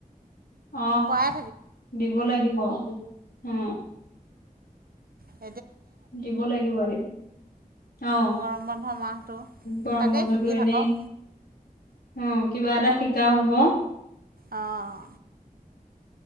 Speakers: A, on the left (about 85°); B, on the right (about 75°).
A: অ
B: কৰাই
A: দিব লাগিব। গুৱাহাটীত উম।
B: অ
A: দিব লাগিব এনেও অ
B: গৰম বন্ধ মাহটো
A: গৰম
B: তাকেই
A: বন্ধটো
B: শিকি
A: এনেই
B: থাকক
A: অ কিবা এটা শিকাও হব
B: অঁ